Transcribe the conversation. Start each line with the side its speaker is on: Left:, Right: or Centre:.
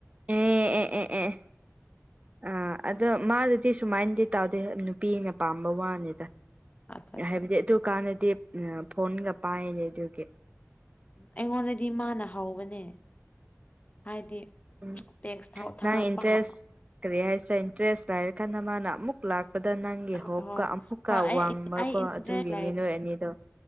Right: ꯑꯦ ꯑꯦ ꯑꯦ ꯑꯦ ꯑꯥ ꯑꯗꯣ ꯃꯥꯗꯗꯤ ꯁꯨꯃꯥꯏꯟꯗꯤ ꯇꯥꯎꯗꯦ ꯅꯨꯄꯤꯅ ꯄꯥꯝꯕ ꯋꯥꯅꯤꯗ
Left: ꯑꯠꯆꯥ ꯑꯠꯆꯥ
Right: ꯍꯥꯏꯕꯗꯤ
Left: ꯑꯠꯆꯥ
Right: ꯑꯗꯨꯀꯥꯟꯗꯗꯤ ꯑ ‌ꯐꯣꯟꯒ ꯄꯥꯏꯗꯦ ꯑꯗꯨꯒꯤ
Left: ꯑꯩꯉꯣꯟꯗꯗꯤ ꯃꯥꯅ ꯍꯧꯕꯅꯦ ꯍꯥꯏꯗꯤ
Right: ꯎꯝ
Left: ꯇꯦꯛꯁ ꯊꯥꯎ ꯊꯥꯔꯛꯄ
Right: ꯅꯪ ꯏꯟꯇꯔꯦꯁ
Left: ꯍ
Right: ꯀꯔꯤ ꯍꯥꯏꯁꯤꯔ ꯏꯟꯇ꯭ꯔꯦꯁ ꯂꯩꯔꯀꯥꯟꯗ ꯃꯥꯅ ꯑꯃꯨꯛ ꯂꯥꯛ ꯄꯗ ꯅꯪꯒꯤ
Left: ꯍꯣꯏ
Right: ꯍꯣꯞꯀ ꯑꯃꯨꯛꯀ
Left: ꯍꯣꯏ ꯑꯩ
Right: ꯋꯥꯡꯕꯀꯣ
Left: ꯑꯩ ꯏꯟꯇꯔꯦꯁ
Right: ꯑꯗꯨꯒꯤꯅꯤ ꯅꯣꯏ ꯑꯅꯤꯗꯣ